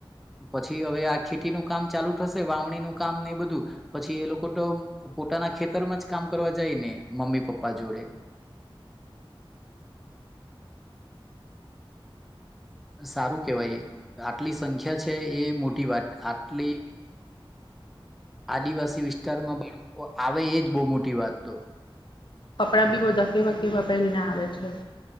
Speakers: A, in the centre; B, on the left.
A: પછી હવે આ ખેતીનું કામ ચાલુ થશે, વાવણીનું કામ ને એ બધું, પછી એ લોકો તો પોતાના ખેતરમાં જ કામ કરવા જાય ને, મમ્મી-પપ્પા જોડે. સારું કહેવાય, આટલી સંખ્યા છે એ મોટી વાત આટલી આદિવાસી વિસ્તારમાં બી બાળકો આવે એ જ બહુ મોટી વાત તો.
B: કપડાં બી બધા કેવા કેવા પહેરીને આવે છે.